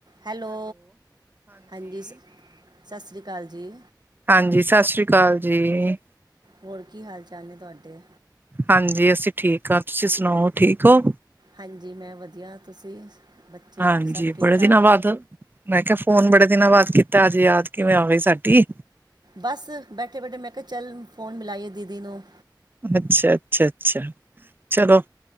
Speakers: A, on the right (about 65°); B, on the right (about 25°).
A: ਹੈਲੋ, ਹਾਂਜੀ ਸ ਸਸ ਰੀ ਕਾਲ ਜੀ।
B: ਹਾਂਜੀ, ਸਸ ਰੀ ਕਾਲ ਜੀ।
A: ਹੋਰ ਕੀ ਹਾਲ-ਚਾਲ ਨੇ ਤੁਆਡੇ?
B: ਹਾਂਜੀ ਅਸੀਂ ਠੀਕ ਆਂ ਤੁਸੀਂ ਸੁਨਾਓ ਠੀਕ ਓ।
A: ਹਾਂਜੀ ਮੈਂ ਵਦੀਆ ਤੁਸੀਂ ਬੱਚੇ
B: ਹਾਂਜੀ,
A: ਸਭ ਠੀਕ
B: ਬੜੇ
A: ਠਾਕ
B: ਦਿਨਾਂ ਬਾਦ ਮੈਂ ਕਿਆ ਫੋਨ ਬੜੇ ਦਿਨਾਂ ਬਾਦ ਕੀਤਾ ਅੱਜ ਯਾਦ ਕਿਵੇਂ ਆ ਗਈ ਸਾਡੀ।
A: ਬਸ, ਬੈਠੇ-ਬੈਠੇ ਮੈਂ ਕਿਆ ਚੱਲ ਫ਼ੋਨ ਮਿਲਾਈਏ ਦੀਦੀ ਨੂੰ।
B: ਅੱਛਾ-ਅੱਛਾ-ਅੱਛਾ, ਚਲੋ